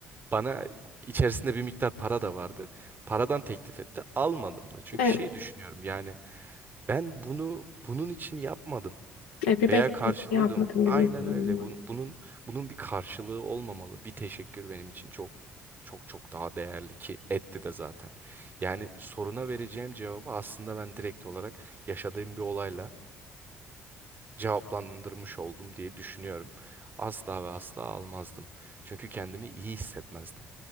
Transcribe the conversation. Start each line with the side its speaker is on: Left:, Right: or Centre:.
Right: bana içerisinde bir miktar para da vardı. Paradan teklif etti. Almadım da. Çünkü
Left: Evet,
Right: şey düşünüyorum yani ben bunu bunun için yapmadım.
Left: evet bir
Right: Veya
Left: beklenti
Right: karşılığı
Left: yapmadın
Right: da-
Left: günün
Right: aynen
Left: sonunda.
Right: öyle. Bun- Bunun bunun bir karşılığı olmamalı. Bir teşekkür benim için çok çok çok daha değerli ki etti de zaten. Yani soruna vereceğim cevabı aslında ben direkt olarak yaşadığım bir olayla cevaplandırmış oldum diye düşünüyorum. Asla ve asla almazdım. Çünkü kendimi iyi hissetmezdim